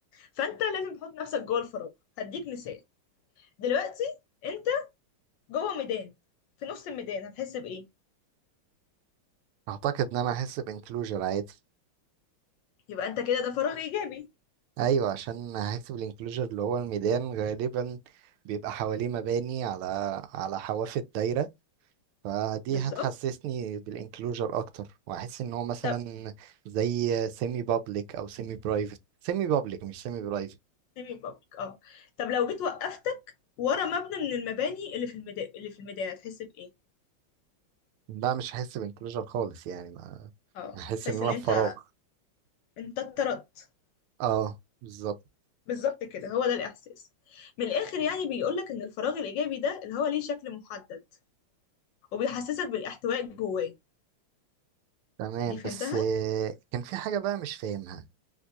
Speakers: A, on the left (about 70°); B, on the right (about 85°).
A: فانت لازم تحط نفسك جوه الفراغ هديك مثال دلوقتي انت جوه ميدان في نص الميدان هتحس بايه
B: اعتقد ان انا هحس بانكلوجر عادي
A: يبقى انت كده ده فراغ ايجابي
B: ايوه عشان هحس بالانكلوجر اللي هو الميدان غالبا بيبقى حواليه مباني على على حواف الدايره فدي
A: بالظبط
B: هتحسسني بالانكلوجر اكتر وهحس ان هو مثلا
A: طب
B: زي سيمي بابليك او سيمي برايفت سيمي بابليك مش سيمي برايفت
A: سيمي بابليك اه طب لو جيت وقفتك ورا مبنى من المباني اللي في الميدان اللي في الميدان هتحس بايه
B: لا مش هحس بانكلوجر خالص يعني ما
A: اه
B: هحس
A: تحس
B: ان انا
A: ان انت
B: في فراغ
A: انت اتطردت
B: اه بالظبط
A: بالظبط كده هو ده الإحساس من الآخر يعني بيقولك إن الفراغ الإيجابي ده اللي هو ليه شكل محدد وبيحسسك بالاحتواء جواه
B: تمام
A: دي فهمتها؟
B: بس آه، كان في حاجه بقى مش فاهمها